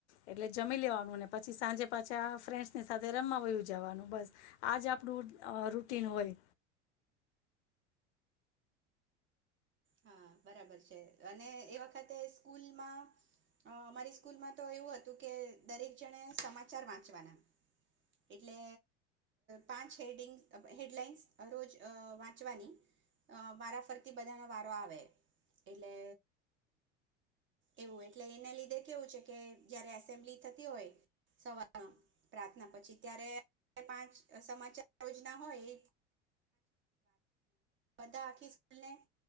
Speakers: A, on the left; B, on the right.
A: એટલે જમી લેવાનુંને પછી સાંજે પાછા ફ્રેન્ડ્સની સાથે રમા જવાનું બસ આજ આપણું અ રૂટીન હોય.
B: હા બરાબર છે અને એ વખતે સ્કૂલમાં અ મારી સ્કૂલમાં તો એવું હતું કે દરેક જણે સમાચાર વાંચવાના એટલે પાંચ હેડિંગ હેડલાઈન્સ રોજ વાંચવાની વારા ફરતી બધા વારો આવે એટલે એવું એટલે એને લીધે કેવું છે કે જયારે એસેમ્બલી થતી હોય સવાર પ્રાર્થના પછી ત્યારે પાંચ સમાચાર યોજના હોય એ બધા આખી સ્કૂલ ને